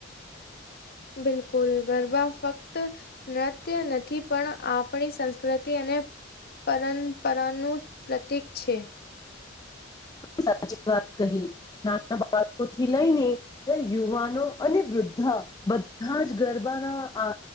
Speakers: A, on the left (about 55°); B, on the left (about 20°).
A: <inaudible> બિલકુલ ગરબા ફક્ત નત્ય નથી પણ આપણી સંસ્કૃતિ અને અને પરંપરાનું પ્રતીક છે <inaudible>
B: સાચી વાત કહી નાના બાળકોથી લઈને યુવાનો અને વૃદ્ધા બધા જ ગરબાના